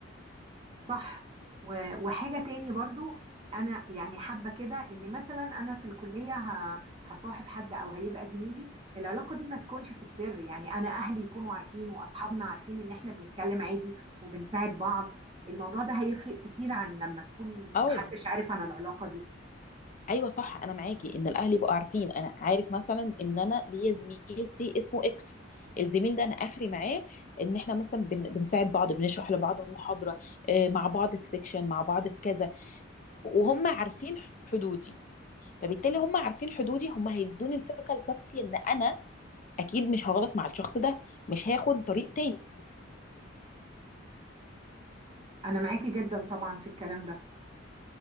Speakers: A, on the right; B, on the left.
A: صح و- وحاجة تاني برضو أنا يعني حابة كده إن مثلا أنا في الكلية ه- هصاحب حد أو هيبقى زميلي العلاقة دي ما تكونش في السر يعني أنا أهلي يكونوا عارفين وأصحابنا عارفين إن إحنا بنتكلم عادي وبنساعد بعض الموضوع ده هيفرق كتير عن لما تكون محدش
B: او
A: عارف عن العلاقة دي
B: ايوه صح انا معاكي ان الاهل يبقوا عارفين انا عارف مثلا ان انا ليا زميل سي اسمه اكس الزميل ده انا اخري معاه ان احنا مثلا بن بنساعد بعض بنشرح لبعض محاضره آه، مع بعض في سيكشن مع بعض في كذا وهم عارفين حدودي فبالتالي هم عارفين حدودي هم هيدوني الثقه الكافيه ان انا اكيد مش هغلط مع الشخص ده مش هاخد طريق تاني
A: أنا معاكي جدا طبعا في الكلام ده